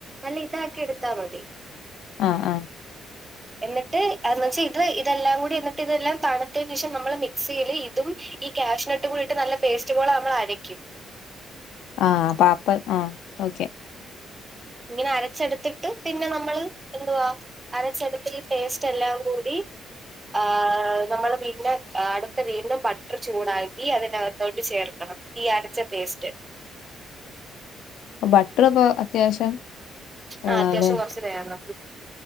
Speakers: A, on the right (about 20°); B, on the left (about 85°).
A: നല്ല ഇതാക്കി എടുത്താൽ മതി
B: ആ ആ
A: എന്നിട്ട്ന്ന് വെച്ചാൽ ഇത് ഇതെല്ലാം കൂടി എന്നിട്ട് ഇതെല്ലാം താണത്തതിനന് ശേഷം നമ്മള് മിക്സിൽ ഇതും ഈ ക്യാഷുനട്ട് കൂടിയിട്ട് നല്ല പേസ്റ്റ് പോലെ നമ്മൾ അരക്കും
B: ആഹ അപ്പൊ അപ്പം ആ ഓക്കെ
A: ഇങ്ങനെ അരച്ചെടുത്തിട്ട് പിന്നെ നമ്മൾ എന്തുവാ അരച്ചെടുത്ത പേസ്റ്റ് എല്ലാം കൂടി ഹ നമ്മള് പിന്നെ അടുത്ത വീണ്ടും ബട്ടർ ചൂടാക്കി അതിനകത്തോട്ട് ചേർക്കണം ഈ അരച്ച പേസ്റ്റ്
B: ബട്ടർ ഇപ്പൊ അത്യാവശ്യം വേണോല്ലേ
A: ആ അത്യാവശ്യം കൊറച്ച് വേണം